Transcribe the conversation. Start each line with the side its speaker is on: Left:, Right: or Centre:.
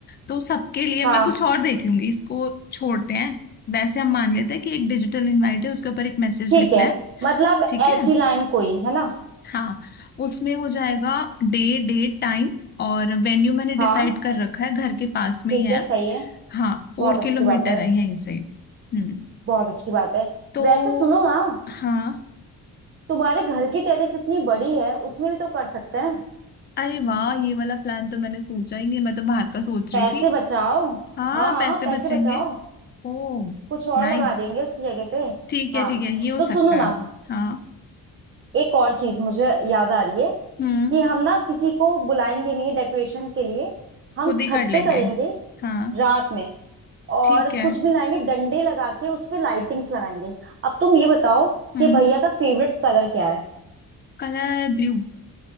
Left: तो सबके लिए
Right: हाँ
Left: मैं कुछ और देख लूंगी इसको छोड़ते हैं वैसे हम मान लेते हैं कि एक डिजिटल इनवाइट है उसके ऊपर एक मैसेज
Right: ठीक
Left: लिखना
Right: है
Left: है
Right: मतलब
Left: ठीक
Right: ऐसी
Left: है
Right: लाइन कोई है ना
Left: हाँ उसमें हो जाएगा डे डेट टाइम और वेन्यू मैंने डिसाइड
Right: हाँ
Left: कर रखा है घर के पास में
Right: ठीक
Left: ही है
Right: है सही है
Left: हाँ फोर
Right: बहुत अच्छी
Left: किलोमीटर
Right: बात है
Left: है यहीं से हम्म
Right: बहुत अच्छी बात है
Left: तो
Right: वैसे सुनो ना
Left: हाँ
Right: तुम्हारे घर की टेरेस इतनी बड़ी है उसमें भी तो कर सकते हैं
Left: अरे वाह ये वाला प्लान तो मैंने सोचा ही नहीं मैं तो बाहर का सोच
Right: पैसे
Left: रही थी
Right: बचाओ
Left: हाँ
Right: हाँ हाँ
Left: पैसे
Right: पैसे
Left: बचेंगे
Right: बचाओ
Left: ओ
Right: कुछ और
Left: नाइस
Right: लगा देंगे उसकी जगह पे
Left: ठीक है
Right: हाँ
Left: ठीक है ये हो
Right: तो सुनो
Left: सकता
Right: ना
Left: है हाँ
Right: एक और चीज मुझे याद आ रही है
Left: हम्म
Right: कि हम ना किसी को बुलाएंगे नहीं डेकोरेशन के लिए हम
Left: खुद ही
Right: छत
Left: कर लेंगे
Right: पे करेंगे
Left: हाँ
Right: रात में और
Left: ठीक है
Right: कुछ भी लाएंगे डंडे लगा के उस पे लाइटिंग्स लगाएंगे अब तुम ये बताओ
Left: हम्म
Right: कि भैया का फेवरेट कलर क्या है
Left: कलर ब्लू